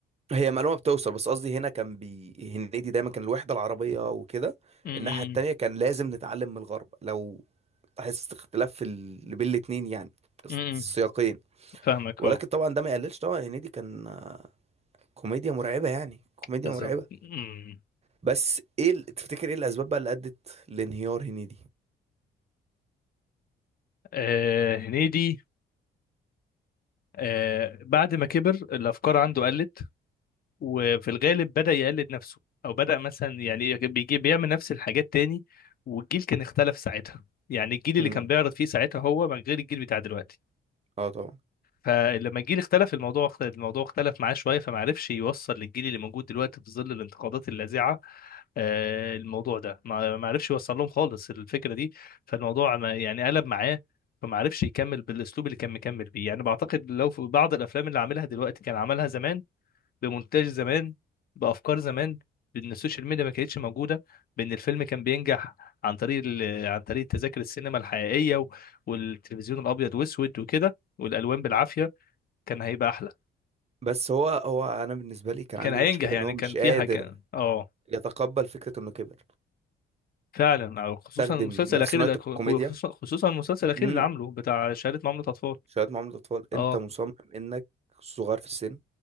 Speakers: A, on the right; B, on the left.
A: هي معلومه بتوصل بس قصدي هنا كان بي... هنيدي دايما كان الوحده العربيه وكده
B: امم
A: الناحيه
B: امم
A: التانيه كان لازم نتعلم من الغرب لو تحس اختلاف في ال... بين الاتنين يعني
B: أمم. امم.
A: السياقين
B: فاهمك
A: ولكن
B: اه
A: طبعا ده ما يقللش طبعا هنيدي كان آه، كوميديا مرعبه يعني كوميديا
B: بالظبط
A: مرعبه
B: امم
A: بس ايه ال- تفتكر ايه الاسباب بقى اللي ادت لانهيار هنيدي
B: آه هنيدي آه، بعد ما كبر الافكار عنده قلت وفي الغالب بدأ يقلد نفسه او بدأ مثلا يعني إيه، بيجي بيعمل نفس الحاجات تاني والجيل كان اختلف ساعتها يعني الجيل اللي
A: امم
B: كان بيعرض فيه ساعتها هو من غير الجيل بتاع دلوقتي
A: اه طبعا
B: فلما الجيل اختلف الموضوع اخت- الموضوع اختلف معاه شويه فما عرفش يوصل للجيل اللي موجود دلوقتي في ظل الانتقادات اللاذعه آه، الموضوع ده ما ما عرفش يوصل لهم خالص الفكره دي فالموضوع ما يعني قلب معاه فما عرفش يكمل بالاسلوب اللي كان مكمل بيه يعني بعتقد لو في بعض الافلام اللي عاملها دلوقتي كان عملها زمان بمونتاج زمان بافكار زمان بان السوشيال ميديا ما كانتش موجوده بان الفيلم كان بينجح عن طريق ال- عن طريق تذاكر السينما الحقيقيه والتلفزيون الابيض واسود وكده والالوان بالعافيه كان هيبقى احلى
A: بس هو هو انا بالنسبه لي كان
B: كان
A: عنده
B: هينجح
A: مشكله
B: يعني
A: ان هو مش
B: كان في
A: قادر
B: حاجه اه
A: يتقبل فكرة انه كبر
B: فعلا أو خصوصا
A: تخدم
B: المسلسل
A: نفس
B: الاخير
A: نوع
B: ده
A: الكوميديا
B: خصوصا خصوصا المسلسل الاخير
A: امم
B: اللي عامله بتاع شهاده معامله اطفال
A: شوية معاملة اطفال
B: اه
A: انت مصمم انك صغير في السن